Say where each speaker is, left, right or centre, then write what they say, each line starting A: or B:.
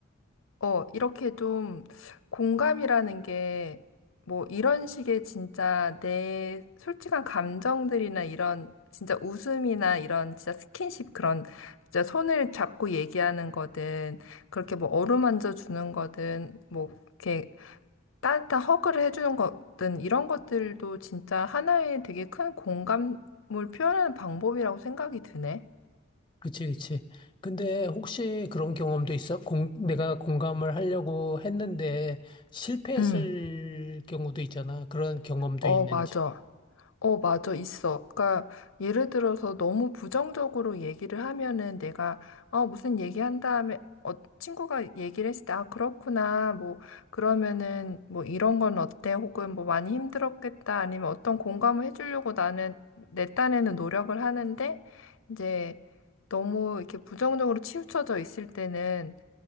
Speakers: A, on the left; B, on the left.
A: 어, 이렇게 좀 공감이라는 게 뭐 이런 식의 진짜 내 솔직한 감정들이나 이런 진짜 웃음이나 이런 진짜 스킨십 그런 진짜 손을 잡고 얘기하는 거든 그렇게 뭐 어루만져 주는 거든 뭐 이렇게 따뜻한 허그를 해주는 거든 이런 것들도 진짜 하나의 되게 큰 공감을 표현하는 방법이라고 생각이 드네.
B: 그치, 그치. 근데 혹시 그런 경험도 있어? 공, 내가 공감을 하려고 했는데 실패했을
A: 응,
B: 경우도 있잖아. 그런 경험도
A: 어,
B: 있는지.
A: 맞아. 어, 맞아, 있어. 그러니까 예를 들어서 너무 부정적으로 얘기를 하면은 내가 아, 무슨 얘기한 다음에 어, 친구가 얘기를 했을 때 아, 그렇구나. 뭐 그러면은 뭐 이런 건 어때? 혹은 뭐 많이 힘들었겠다. 아니면 어떤 공감을 해주려고 나는 내 딴에는 노력을 하는데 이제 너무 이렇게 부정적으로 치우쳐져 있을 때는